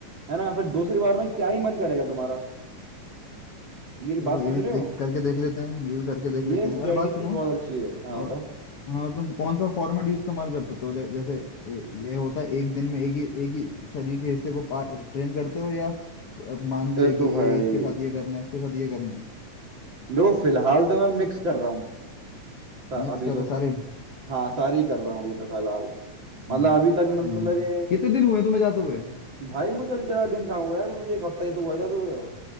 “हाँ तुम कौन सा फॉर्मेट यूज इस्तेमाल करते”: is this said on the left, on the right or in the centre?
Left